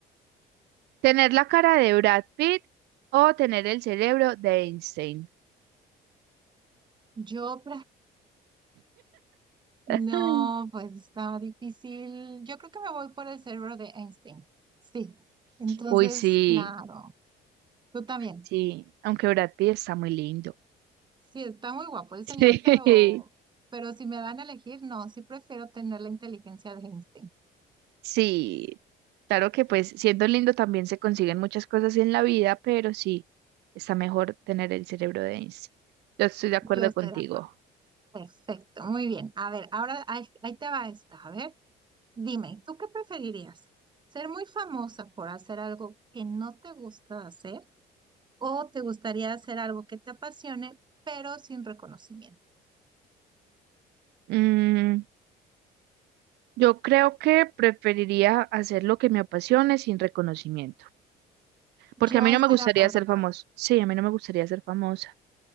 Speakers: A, on the right; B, on the right.
A: ¿Tener la cara de Brad Pitt o tener el cerebro de Einstein?
B: yo No,
A: Ay.
B: pues está difícil. Yo creo que me voy por el cerebro de Einstein. Sí. Entonces,
A: Uy, sí,
B: claro, tú también.
A: sí, aunque Brad Pitt está muy lindo.
B: Sí, está muy guapo el señor,
A: Sí,
B: pero,
A: <laughs>
B: pero si me dan a elegir, no, sí prefiero tener la inteligencia de Einstein.
A: sí, claro que pues siendo lindo también se consiguen muchas cosas en la vida, pero sí, está mejor tener el cerebro de Einstein. Yo estoy de acuerdo
B: Yo estoy
A: contigo.
B: de acuerdo. Perfecto, muy bien. A ver, ahora ahí, ahí te va esta. A ver, dime, ¿tú qué preferirías? ¿Ser muy famosa por hacer algo que no te gusta hacer o te gustaría hacer algo que te apasione, pero sin reconocimiento?
A: Mm, yo creo que preferiría hacer lo que me apasione sin reconocimiento,
B: Yo
A: porque a mí
B: estoy
A: no me gustaría
B: de acuerdo
A: ser
B: otra
A: famoso.
B: vez.
A: Sí, a mí no me gustaría ser famosa.